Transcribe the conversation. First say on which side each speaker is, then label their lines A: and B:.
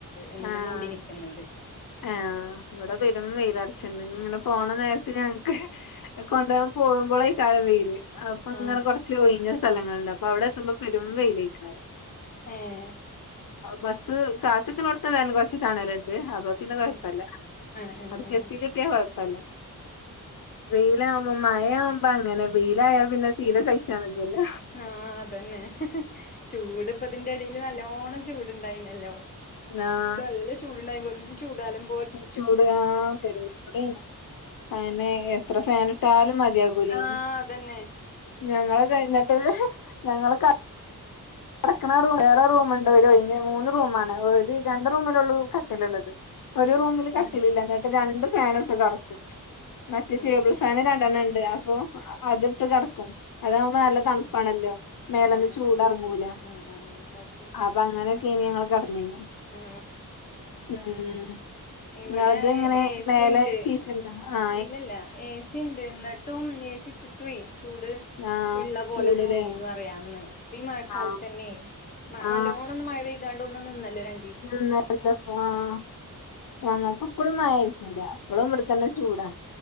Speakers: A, on the left (about 25°); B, on the left (about 65°).
A: ഇങ്ങനെ
B: ആഹ്
A: മൂടി നിക്ക്ന്ന്ണ്ട്
B: ആഹ് ഇവിടെ പെരും വെയിലെറിച്ച്ണ്ട് ഇങ്ങനെ പോണ നേരത്ത് ഞങ്ങൾക്ക് കൊണ്ടൊവാൻ പോകുമ്പൊളായിക്കാരും വെയില് അപ്പ്ങ്ങനെ
A: ആ
B: കൊറച്ച് ഒയിഞ്ഞ സ്ഥലങ്ങള്ണ്ട് അപ്പൊ അവിടെയെത്തുമ്പൊ പെരും വെയിലായിക്കാരം
A: ഏഹ്
B: ബസ്സ് കാത്ത്ക്ക്ണോടത്ത് ഏതാലും കൊറച്ച് തണല്ണ്ട് അപ്പൊ പിന്നെ കൊഴപ്പല്ല
A: ഉം ആ ആ
B: അവ്ടക്കെത്തിക്കിട്ടിയാ
A: ആ
B: കൊഴപ്പല്ല വെയിലാകുമ്പൊ മഴയാവുമ്പങ്ങനെ വെയിലായാ പിന്നെ തീരെ
A: ആഹ്
B: സഹിച്ചാൻ വജ്ജല്ലോ
A: ആഹ് അതന്നെ ചൂട് ഇപ്പതിന്റെടേല് നല്ലോണം ചൂട്ണ്ടായിന്നല്ലോ
B: ആഹ്
A: നല്ല ചൂട്ണ്ടായി വെറും ചൂട്കാലം
B: ചൂട് ആഹ് പെരും ചൂടേനി അയെന്നെ എത്ര ഫാന്ട്ടാലും മതിയാകൂലയ്ന്ന്
A: ആ അതന്നെ
B: ഞങ്ങള് കഴിഞ്ഞിട്ട് ഞങ്ങള് ക ടക്ക്ണ റൂം വേറെ റൂമ്ണ്ട് ഒരു ഒയിഞ്ഞ മൂന്ന് റൂമാണ് ഒരു രണ്ട് റൂമിലൊള്ളൂ
A: ഉം
B: കട്ടിലുള്ളത് ഒരു റൂമില് കട്ടിലില്ല
A: ഉം
B: ഇന്നിട്ട് രണ്ട് ഫാന്ട്ട് കടക്കും മറ്റെ
A: ഉം
B: ടേബിൾ ഫാന് രണ്ടെണ്ണം ഉണ്ട് അപ്പൊ അത്ട്ട് കിടക്കും അതാകുമ്പോ
A: ആ
B: നല്ല തണുപ്പാണല്ലോ മേലന്ന്
A: ആ
B: ചൂടർ കൂല
A: ആ ആ കാറ്റ്
B: അപ്പൊ അങ്ങനെക്കെനി ഞങ്ങൾ കെടന്നീനി
A: ആ
B: ഉം
A: ഇവിടെ
B: നിങ്ങളത് ഇങ്ങനെ
A: എ
B: മേലെ
A: സി ഉണ്ട്
B: ഷീറ്റ്ണ്ട ആഹ്
A: ഇല്ലല്ല ഏ സി ണ്ട് ന്നിട്ടും ഏസി ഇട്ടിട്ടും ചൂട്
B: ആ
A: ഇള്ള പോലെ
B: ചൂടല്ലേ
A: തോന്നിന്ന് പറയാന്ന് ഈ മഴക്കാലത്ത്
B: ആ
A: തന്നെ
B: ആ
A: നല്ലോണ്ണം ഒന്ന് മഴ പെയ് താണ്ട് ഒന്ന് നിന്നല്ലോ ര
B: നിന്നല്ലോ ആഹ് ഞങ്ങൾക്ക് ഇപ്പളും മഴ ആട്ടില്ല ഇപ്പളും ഇവിടെത്തന്നെ ചൂട